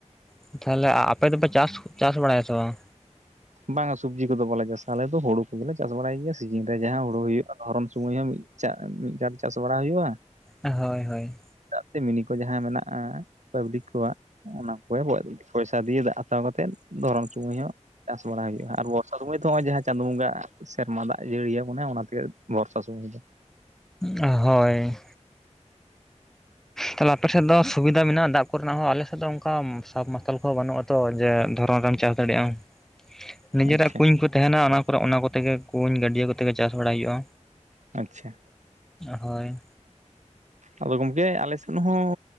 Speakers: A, in the centre; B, on the right (about 70°).
A: ᱦᱚᱸ ᱛᱟᱦᱚᱞᱮ ᱟᱯᱮ ᱫᱚᱯᱮ ᱪᱟᱥ, ᱪᱟᱥ ᱵᱟᱲᱟᱭᱟ ᱥᱮ ᱵᱟᱝ?
B: ᱵᱟᱝᱟ ᱥᱚᱵᱽᱡᱤ ᱠᱚᱫᱚ ᱵᱟᱞᱮ ᱪᱟᱥᱟ ᱟᱞᱮ ᱫᱚ ᱦᱩᱲᱩ ᱠᱚᱜᱮᱞᱮ ᱪᱟᱥ ᱵᱟᱲᱟᱭ ᱜᱮᱭᱟ ᱥᱤᱡᱤᱱ ᱨᱮ ᱡᱟᱦᱟᱸ ᱦᱩᱲᱩ ᱦᱩᱭᱩᱜ-ᱟ᱾ ᱫᱷᱚᱨᱚᱱ ᱥᱩᱢᱟᱹᱭ ᱦᱚᱸ ᱢᱤᱫ ᱢᱤᱫ ᱜᱷᱟᱴ ᱪᱟᱥ ᱵᱟᱲᱟ ᱦ ᱦᱩᱭᱩᱜ-ᱟ᱾
A: ᱦᱳᱭ ᱦᱳᱭ,
B: ᱫᱟᱜ ᱛᱮ, ᱢᱤᱱᱤ ᱠᱚ ᱡᱟᱦᱟᱸ ᱢᱮᱱᱟᱜᱼᱟ ᱯᱟᱵᱽᱞᱤᱠ ᱠᱚᱣᱟᱜ ᱚᱱᱟ ᱠᱚᱨᱮ ᱯᱚᱭᱥᱟ ᱫᱤᱭᱮ ᱫᱟᱜ ᱦᱟᱛᱟᱣ ᱠᱟᱛᱮᱜ ᱫᱷᱚᱨᱚᱢ ᱥᱩᱢᱟᱹᱭ ᱦᱚᱸ ᱪᱟᱥ ᱵᱟᱲᱟ ᱦᱩᱭᱩᱜᱼᱟ ᱟᱨ <unintelligible> ᱫᱚ ᱱᱚᱜ ᱚᱭ ᱡᱟᱦᱟᱸ ᱪᱟᱸᱫᱳ ᱵᱚᱸᱜᱟ ᱥᱮᱨᱢᱟ ᱫᱟᱜ ᱡᱟᱹᱲᱤᱭᱟᱹ ᱟᱵᱚᱱᱟᱭ ᱚᱱᱟᱛᱮ ᱵᱚᱨᱥᱟ ᱥᱩᱢᱚᱭ ᱫᱚ
A: ᱦᱳᱭ ᱛᱟᱦᱮ ᱟᱯᱮᱥᱮᱫ ᱫᱚ ᱥᱩᱵᱤᱫᱟ ᱢᱮᱱᱟᱜᱼᱟ ᱫᱟᱜ ᱠᱚᱨᱮᱱᱟᱜ ᱦᱚᱸ ᱟᱞᱮᱥᱮᱫ ᱫᱚ ᱚᱱᱠᱟ ᱥᱟᱵ ᱢᱟᱨᱥᱟᱞ ᱠᱚᱦᱚᱸ ᱵᱟᱹᱱᱩᱜ ᱟᱛᱚ ᱡᱮ ᱫᱷᱚᱨᱚᱱ ᱨᱮᱱ ᱪᱟᱥ ᱫᱟᱲᱮᱭᱟᱜ ᱟᱢ, ᱱᱤᱡᱮᱨᱟᱜ
B: ᱟᱪᱪᱷᱟ
A: ᱠᱩᱧ ᱠᱚ ᱛᱟᱦᱮᱱᱟ ᱚᱱᱟ ᱠᱚ ᱚᱱᱟ ᱠᱚᱛᱮ ᱜᱮ ᱠᱩᱧ ᱜᱟᱹᱰᱭᱟᱹ ᱠᱚᱛᱮ ᱜᱮ ᱪᱟᱥ ᱵᱟᱲᱟᱟᱭ ᱦᱩᱭᱩᱜᱼᱟ᱾
B: ᱟᱪᱪᱷᱟ,
A: ᱦᱳᱭ,
B: ᱟᱫᱚ ᱜᱚᱢᱠᱮ ᱟᱞᱮ ᱥᱮᱫ ᱦᱚᱸ